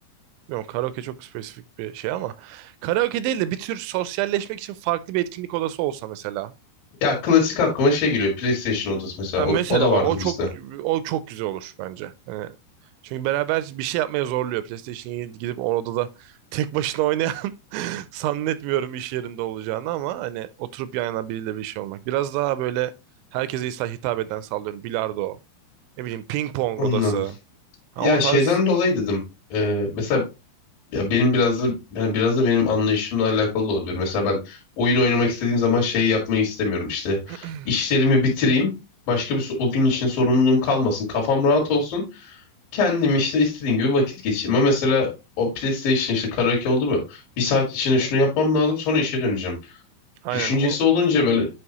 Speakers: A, on the right (about 85°); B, on the left (about 55°).
A: e, yok karaoke çok spesifik bir şey ama karaoke değil de bir tür sosyalleşmek için farklı bir etkinlik odası olsa mesela.
B: ya klasik aklıma şey geliyor. PlayStation odası mesela.
A: Ha,
B: O,
A: mesela
B: o da
A: bak
B: vardı
A: o çok
B: bizde.
A: o çok güzel olur bence. Hani çünkü beraber bir şey yapmaya zorluyor. PlayStation'a gidip orada da tek başına oynayan <laughs> zannetmiyorum iş yerinde olacağını ama hani oturup yan yana biriyle bir şey olmak. Biraz daha böyle herkese his- hitap eden sallıyorum. Bilardo, ne bileyim ping pong
B: Anladım.
A: odası. Ha,
B: Ya
A: o tarz
B: şeyden dolayı dedim. E, mesela ya benim biraz da yani biraz da benim anlayışımla alakalı da olabilir. Mesela ben oyun oynamak istediğim zaman şey yapmayı istemiyorum işte.
A: <clears throat>
B: İşlerimi bitireyim. Başka bir so- o gün için sorumluluğum kalmasın. Kafam rahat
A: Hı hı.
B: olsun. Kendim işte istediğim gibi vakit geçireyim. Ama mesela o PlayStation işte karaoke oldu mu? Bir saat içinde şunu yapmam lazım sonra işe döneceğim.
A: Aynen
B: Düşüncesi
A: o
B: olunca böyle